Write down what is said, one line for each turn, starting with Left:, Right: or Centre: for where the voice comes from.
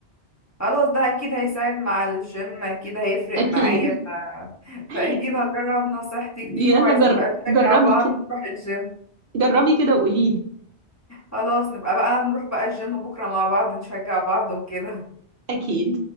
Left: خلاص ده اكيد هيساعد مع الجيم اكيد هيفرق
Right: اكيد
Left: معايا ف...
Right: <laughs>
Left: فاكيد هجرب نصيحتك دي
Right: يلا
Left: وعايزين
Right: جر...
Left: بقى نشجع
Right: جربي
Left: بعض
Right: كده
Left: نروح الجيم
Right: جربي كده وقولي لي
Left: خلاص نبقى بقى نروح بقى الجيم بكرة مع بعض نشجع بعض وكده
Right: اكيد